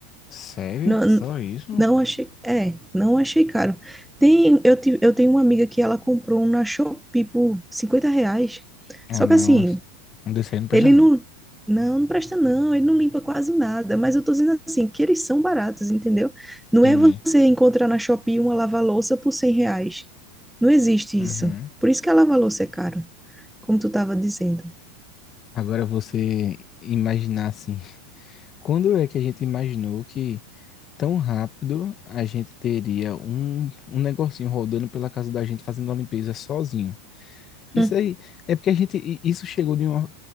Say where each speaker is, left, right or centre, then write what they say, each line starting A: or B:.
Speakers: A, on the left (about 30°); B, in the centre.
A: Sério?
B: Não,
A: Só isso?
B: não achei, é, não achei caro. Tem, eu, ti- eu tenho uma amiga que ela comprou um na Shopee por 50 reais.
A: Ah,
B: Só
A: mas
B: que assim,
A: um desse aí não presta,
B: ele
A: não.
B: não, não, não presta não, ele não limpa quase nada, mas eu tô dizendo assim, que eles são baratos, entendeu? Não
A: Entendi.
B: é você encontrar na Shopee uma lava-louça por 100 reais. Não existe
A: Uhum.
B: isso. Por isso que a lava-louça é caro, como tu tava dizendo.
A: Agora você imaginar assim. <laughs> Quando é que a gente imaginou que tão rápido a gente teria um, um negocinho rodando pela casa da gente fazendo a limpeza sozinho. Isso
B: Hum,
A: aí é porque a gente i- isso chegou de uma,